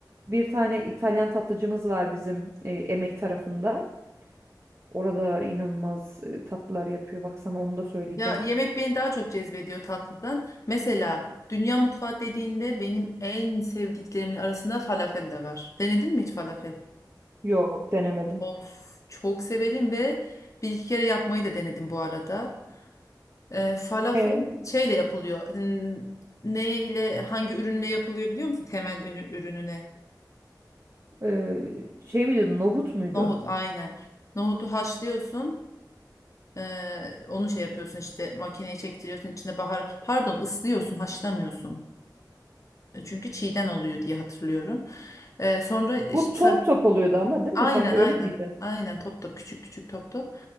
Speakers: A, on the right; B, on the left.
A: bir tane İtalyan tatlıcımız var bizim e, Emek tarafında. Orada inanılmaz e, tatlılar yapıyor. Bak sana onu da söyleyeceğim.
B: Ya yemek beni daha çok cezbediyor tatlıdan. Mesela dünya mutfağı dediğinde benim en sevdiklerimin arasında falafel de var. Denedin mi hiç falafel?
A: Yok denemedim.
B: Of çok severim ve bir iki kere yapmayı da denedim bu arada. Ee, falafel
A: E,
B: şeyle yapılıyor. Hmm, Ne ile hangi ürünle yapılıyor biliyor musun? Temel ünü- ürününe.
A: Ee, şey miydi nohut muydu?
B: Nohut aynen. Nohutu haşlıyorsun. Ee, onu şey yapıyorsun işte makineye çektiriyorsun içine bahar pardon ıslıyorsun haşlamıyorsun. E, Çünkü çiğden oluyor diye hatırlıyorum. Ee, sonra işte
A: Bu top top oluyordu ama değil
B: Aynen
A: mi? Sanki öyle
B: aynen.
A: miydi?
B: Aynen top top küçük küçük top top.